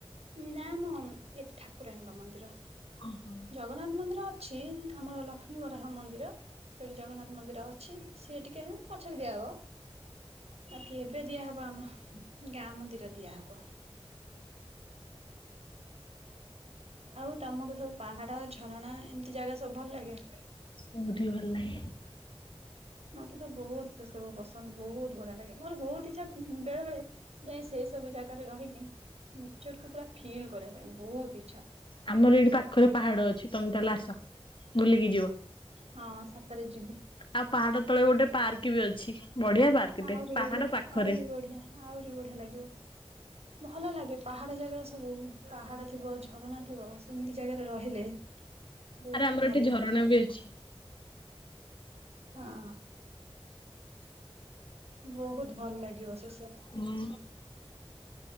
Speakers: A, on the right; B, on the left.
A: ନା ମ ଏଠି ଠାକୁରାଣୀଙ୍କ ମନ୍ଦିର।
B: ଓହୋ
A: ଜଗନ୍ନାଥ ମନ୍ଦିର ଅ ଅଛି ଆମର ଲକ୍ଷ୍ମୀ ବରାହ ମନ୍ଦିର, ସେଠି ଜଗନ୍ନାଥ ମନ୍ଦିର ଅଛି ସିଏ ଟିକେ ହିଁ ପଛରେ ଦିଆ ହବ। ବାକି ଏବେ ଦିଆହବ ଆମ ଗାଁ ମନ୍ଦିର ଦିଆହବ। ଆଉ ତମକୁ ସବୁ ପାହାଡ ଝରଣା ଏମତି ଜାଗା ସବୁ ଭଲ ଲାଗେ?
B: ବହୁତ ହି ଭଲ ଲାଗେ।
A: ମତେ ତ ବହୁତ ସେସବୁ ପସନ୍ଦ ବହୁତ ବଢିଆ ଲାଗେ। ମୋର ବହୁତ ଇଚ୍ଛା ବେଳେବେଳେ ଯାଇ ସେ ସବୁ ଜାଗାରେ ରହିକି ନେଚରକୁୁ ପୁରା ଫିଲ୍ କରିବା ପାଇଁ ବହୁତ ଇଚ୍ଛା।
B: ଆମର ଏଇଠି ପାଖରେ ପାହାଡ ଅଛି, ତମେ ତାହେଲେ ଆସ ବୁଲିକି ଯିବ।
A: ହଁ ସତରେ ଯିବି।
B: ଆଉ ପାହାଡ ତଳେ ଗୋଟେ ପାର୍କ ବି ଅଛି। ବଢିଆ ପାର୍କଟେ
A: ଆହୁରି
B: ପାହାଡ
A: ବଢିଆ
B: ପାଖରେ
A: ଆହୁରି ବଢିଆ ଆହୁରି ବଢିଆ ଲାଗିବ। ଭଲ ଲାଗେ ପା ପାହାଡ ଜାଗାରେ ସବୁ ପାହାଡ ଥିବ, ଝରଣା ଥିବ, ସେମିତି ଜାଗାରେ ରହିଲେ ବହୁତ
B: ଆରେ ଆମର
A: ଭଲ
B: ଏଠି
A: ଲାଗେ
B: ଝରଣା ବି ଅଛି।
A: ହଁ। ବହୁତ ଭଲ ଲାଗିବ ସେସ
B: ହୁଁ।